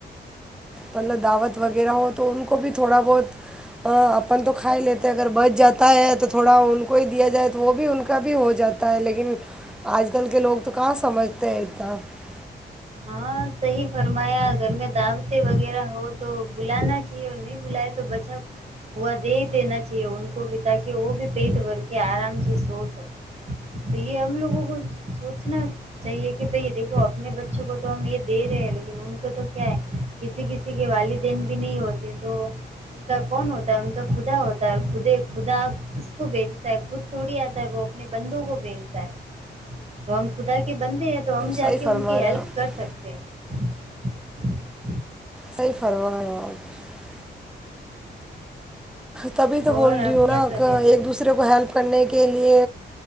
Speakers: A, in the centre; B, on the right.
A: مطلب دعوت وغیرہ ہو تو ان کو بھی تھوڑا بہت اپن تو کھائی لیتے اگر بچ جاتا ہے تو تھوڑا ان کو ہی دیا جائے تو وہ بھی ان کا بھی ہو جاتا ہے لیکن آج کل کے لوگ تو کہاں سمجھتے ہیں اتنا <unintelligible>
B: ہاں صحیح فرمایا گھر میں دعوتیں وغیرہ ہو تو بلانا چاہیے اور نہیں بلائے تو بچا ہوا دے دینا چاہیے ان کو بھی تاکہ وہ بھی پیٹ بھر کے آرام سے سو سکے تو یہ ہم لوگوں کو سوچنا چاہیے کہ بھائی دیکھو اپنے بچوں کو <unintelligible> تو ہم یہ دے رہے ہیں لیکن ان کو تو کیا ہے کسی کسی کے والدین بھی نہیں ہوتے تو ان کا کون ہوتا ہے ان کا خدا ہوتا ہے خدا کس کو بھیجتا ہے خود تھوڑی آتا ہے وہ اپنے بندوں کو بھیجتا ہے تو ہم خدا کے بندے ہیں <unintelligible> تو ہم جا
A: صحیح
B: کے
A: فرما
B: ان کی ہیلپ
A: رہے ہیں آپ
B: <unintelligible> سے <unintelligible>
A: صحیح فرما رہے ہو اپ <unintelligible> تبھی تو
B: اور
A: بول رہی
B: آپ
A: ہوں
B: کیا
A: نا
B: کر رہے تھے
A: ایک دوسرے کو ہیلپ کرنے کے لیے